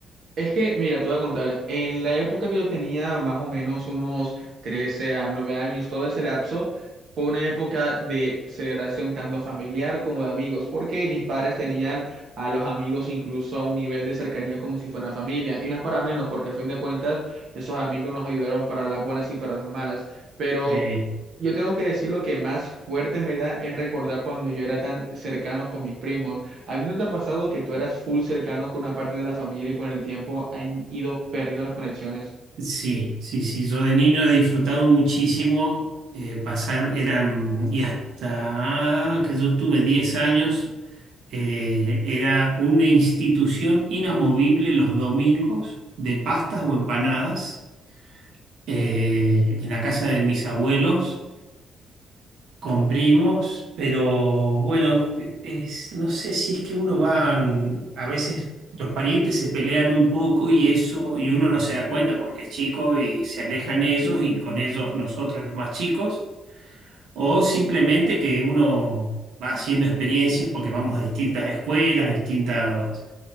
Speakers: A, on the right; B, on the right.
A: Es que, mira, te voy a contar, en la época que yo tenía más o menos unos 13 a 9 años, todo ese lapso, fue una época de celebración tanto familiar como de amigos, porque mis padres tenían a los amigos incluso a un nivel de cercanía como si fueran familia, y no es para menos, porque a fin de cuentas esos amigos nos ayudaron para las buenas y para las malas, pero...
B: Sí.
A: Yo tengo que decir lo que más fuerte me da es recordar cuando yo era tan cercano con mis primos. ¿A ti no te ha pasado que tú eras full cercano con una parte de la familia y con el tiempo han ido perdiendo las conexiones?
B: Sí, sí, sí. Yo de niño he disfrutado muchísimo eh, pasar, eran, y hasta que yo tuve 10 años, eh, era una institución inamovible los domingos de pastas o empanadas eh, en la casa de mis abuelos con primos, pero bueno, e- es- no sé si es que uno va, en- a veces los parientes se pelean un poco y eso, y uno no se da cuenta porque es chico y se alejan ellos y con ellos nosotros los más chicos, o simplemente que uno va haciendo experiencias porque vamos a distintas escuelas, distintos